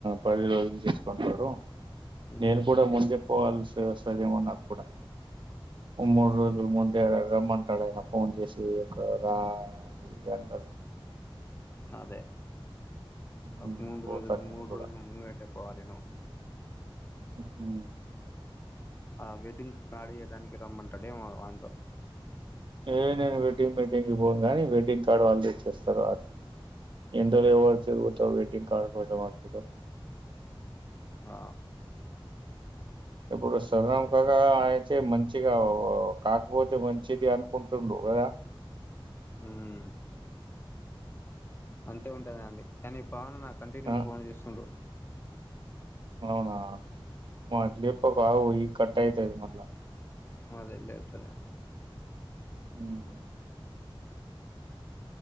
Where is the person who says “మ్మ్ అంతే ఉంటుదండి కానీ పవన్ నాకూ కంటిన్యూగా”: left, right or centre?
Left